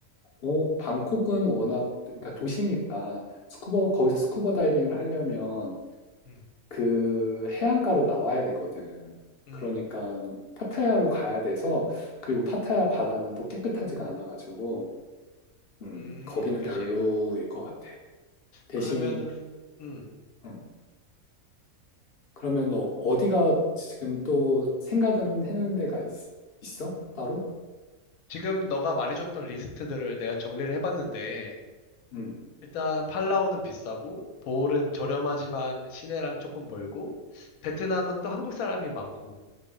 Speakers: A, on the left; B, on the left.
A: 어, 방콕은 워낙 그러니까 도시니까 스쿠버 거기서 스쿠버 다이빙을 하려면
B: 음,
A: 그 해안가로 나와야 되거든.
B: 음,
A: 그러니까 파타야로 가야 돼서 그리고 파타야 바다는 또 깨끗하지가 않아가지고 음,
B: 음,
A: 거기는
B: 그지.
A: 별로일 것 같아. 대신
B: 그러면은, 음,
A: 어, 그러면 어- 어디가 지금 또 생각은 해놓은 데가 있, 있어? 따로?
B: 지금 너가 말해줬던 리스트들을 내가 정리를 해봤는데,
A: 음,
B: 일단 팔라우는 비싸고, 보홀은 저렴하지만 시내랑 조금 멀고, 베트남은 또 한국 사람이 많고,